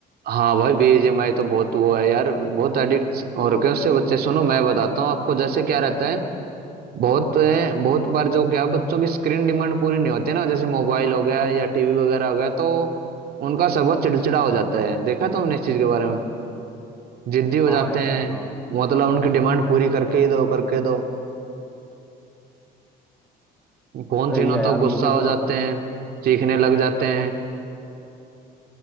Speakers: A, on the right; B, in the centre.
A: हाँ भाई बीजीएमआई तो बहुत वो है यार बहुत एडिक्ट हो रखे हैं उससे बच्चे सुनो मैं बताता हूँ आपको जैसे क्या रहता है बहुत अ, बहुत बार जो क्या है, बच्चों की स्क्रीन डिमांड पूरी नहीं होती ना जैसे मोबाइल हो गया या टीवी वगैरह हो गया तो उनका स्वभाव चिड़चिड़ा हो जाता है देखा तुमने इस चीज के बारे में जिद्दी हो
B: हाँ
A: जाते
B: यार
A: हैं
B: हाँ
A: मतलब उनकी डिमांड पूरी करके ही दो करके दो फोन
B: सही
A: छीनो
B: है यार
A: तो गुस्सा
B: मुझे भी
A: हो
B: मतलब
A: जाते हैं चीखने लग जाते हैं